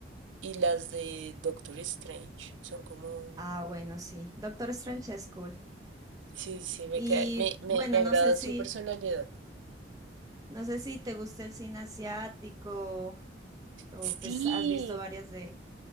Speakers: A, on the right; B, on the right.
A: y las de Doctor Strange. Son como,
B: Ah, bueno, sí. Doctor Strange es cool.
A: sí, sí, me,
B: Y
A: ca- me, me,
B: bueno,
A: me agrada
B: no sé si,
A: su personalidad.
B: no sé si te gusta el cine asiático o
A: Sí,
B: pues has visto varias de...